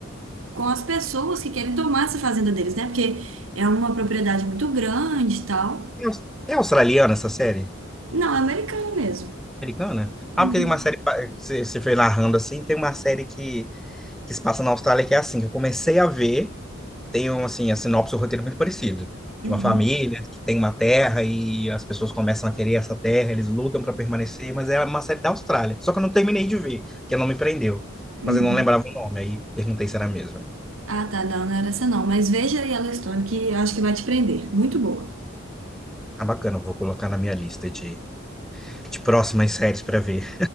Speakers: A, on the right; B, in the centre.
A: com as pessoas que querem tomar essa fazenda deles, né? Porque é uma propriedade muito grande e tal.
B: É, aus- é australiana essa série?
A: Não, é americano mesmo.
B: Americana?
A: Uhum,
B: Ah, porque tem uma série, pa- eh, você você foi narrando assim, tem uma série que, que se passa na Austrália que é assim, que eu comecei a ver, tem um, assim, a sinopse, o roteiro é muito parecido.
A: uhum,
B: De uma família que tem uma terra e as pessoas começam a querer essa terra, eles lutam para permanecer, mas é uma série da Austrália. Só que eu não terminei de ver, porque não me prendeu.
A: uhum.
B: Mas eu não lembrava o nome, aí perguntei se era a mesma.
A: Ah, tá, não, não era essa não. Mas veja aí ela Stone, que eu acho que vai te prender. Muito boa.
B: Ah, bacana, vou colocar na minha lista de, de próximas séries para ver.